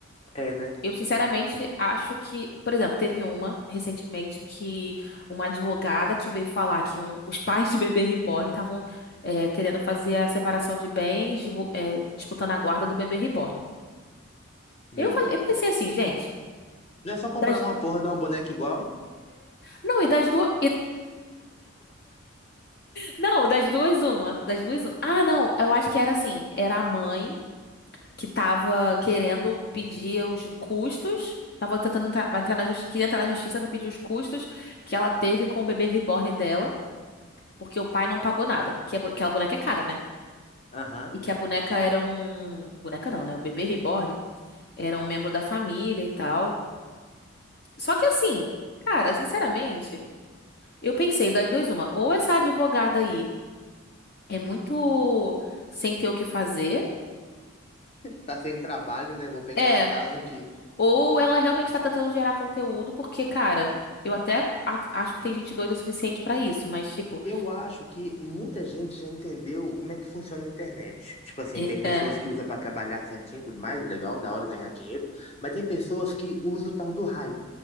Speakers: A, on the left; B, on the left.
A: É, né?
B: Eu, sinceramente, acho que, por exemplo, teve uma recentemente que uma advogada que veio falar que um- os pais de bebê reborn estavam é, querendo fazer a separação de bens, divu- é, disputando a guarda do bebê reborn.
A: Meu
B: Eu, falei-
A: Deus.
B: eu pensei assim, gente,
A: Não é só comprar
B: das-
A: uma porra de uma boneca igual?
B: não, e das duas. Não, das duas, uma. Das duas, uma. Ah, não, eu acho que era assim. Era a mãe que tava querendo pedir os custos. Tava tentando entrar, vai entrar na justiça, queria entrar na justiça pra pedir os custos que ela teve com o bebê reborn dela, porque o pai não pagou nada. Que a, bo- aquela boneca é cara, né?
A: Aham.
B: E que a boneca era um. Boneca não, né? O bebê reborn era um membro da família e tal. Só que assim, cara, sinceramente, eu pensei das duas, uma. Ou essa advogada aí é muito sem ter o que fazer.
A: Tá sem trabalho, né? Vou pegar
B: É,
A: esse caso aqui.
B: ou ela realmente tá tentando gerar conteúdo, porque, cara, eu até a- acho que tem gente doida o suficiente pra isso, mas, tipo,
A: Eu acho que muita gente já entendeu como é que funciona a internet. Tipo assim,
B: é,
A: tem pessoas
B: é,
A: que usam pra trabalhar certinho e tudo mais, legal, da hora ganhar dinheiro, mas tem pessoas que usam o tal do hype.